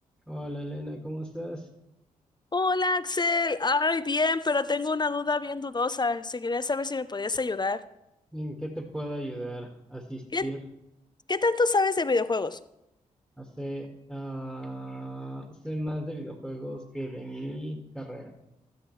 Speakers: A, in the centre; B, on the left (about 25°).
A: Hola Elena, ¿cómo estás?
B: Hola Axel, ay bien, pero tengo una duda bien dudosa. Se quería saber si me podías ayudar.
A: ¿En qué te puedo ayudar? Asistir.
B: ¿Qué, qué tanto sabes de videojuegos?
A: Hace, ah, sé más de videojuegos que de mi carrera.